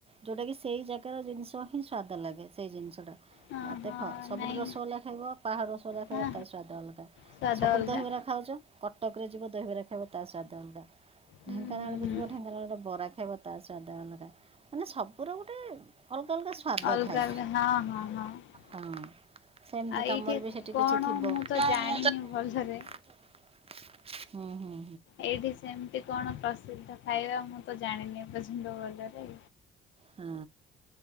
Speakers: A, on the right; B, on the left.
A: ଯୋଉଟା କିି ସେଇ ଜାଗାର ଜିନିଷ ହିଁ ସ୍ଵାଦ ଲାଗେ ସେଇ ଜିନିଷଟା
B: ହଁ ହଁ
A: ଦେଖ ସବୁଠୁ
B: ନାଇଁ
A: ରସଗଲା ଖାଇବ ପାହାଡ଼ ରସଗୋଲା ଖାଇବ
B: ହଁ
A: ତାର ସ୍ୱାଦ ଅଲଗା
B: ସ୍ୱାଦ
A: ସବୁଠୁ
B: ଅଲଗା।
A: ଦହିବରା ଖାଉଚ କଟକରେ ଯିବ ଦହିବରା ଖାଇବା ତା ସ୍ୱାଦ ଅଲଗା
B: ହୁଁ
A: ଢେଙ୍କାନାଳକୁ
B: ହୁଁ ହୁଁ
A: ଯିବ ଢେଙ୍କାନାଳରେ ବରା ଖାଇବା ତା ସ୍ୱାଦ ଅଲଗା ମାନେ ସବୁର ଗୋଟେ ଅଲଗା ଅଲଗା ସ୍ୱା ସ୍ୱାଦ
B: ଅଲଗା
A: ଥାଏ
B: ଅଲଗା ହଁ ହଁ ହଁ ଆଉ
A: ହଁ। ସେମିତି ତମର
B: ଏଇଠି
A: ବି ସେଠି
B: କଣ
A: କିଛି ଥିବ।
B: ମୁଁ ତ
A: <unintelligible>
B: ଜାଣିନି ଭଲରେ
A: ହୁଁ ହୁଁ ହୁଁ।
B: ଏଇଠି ସେମିତି କଣ ପ୍ରସିଦ୍ଧ ଖାଇବା ମୁଁ ତ ଜାଣିନି ବୁଝିଲ ଭଲରେ।
A: ହଁ